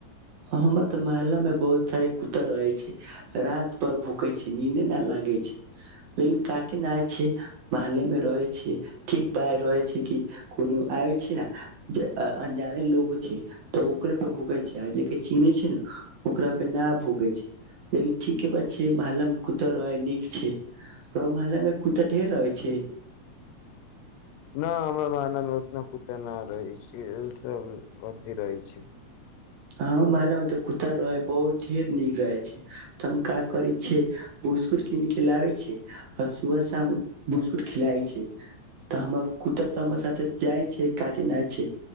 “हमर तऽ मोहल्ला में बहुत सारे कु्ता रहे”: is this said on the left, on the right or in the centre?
Right